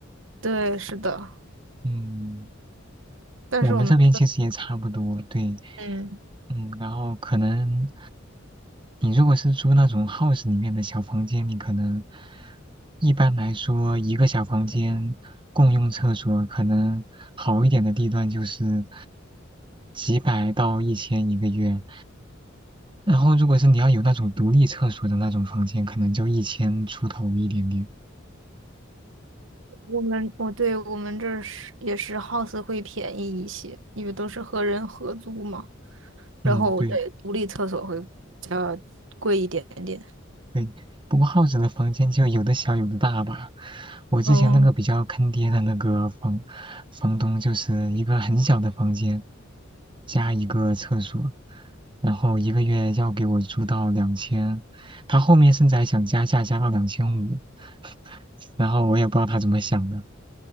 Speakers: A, on the right (about 75°); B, on the right (about 25°).
A: 对，是的，
B: 嗯，
A: 但是我们这，
B: 我们这边其实也差不多，对，
A: 嗯。
B: 嗯，然后可能你如果是租那种 house 里面的小房间，你可能一般来说一个小房间共用厕所，可能好一点的地段就是几百到一千一个月。然后如果是你要有那种独立厕所的那种房间，可能就一千出头一点点。
A: 我们我对我们这儿是也是 house 会便宜一些，因为都是和人合租嘛，
B: 嗯，
A: 然后对独立厕所会比较贵一点点。
B: 对。对，不过耗子的房间就有的小有的大吧。我之前那个比较坑爹的那个房房东，
A: 嗯
B: 就是一个很小的房间加一个厕所，然后一个月要给我租到两千，他后面甚至还想加价加到两千五，<laughs> 然后我也不知道他怎么想的。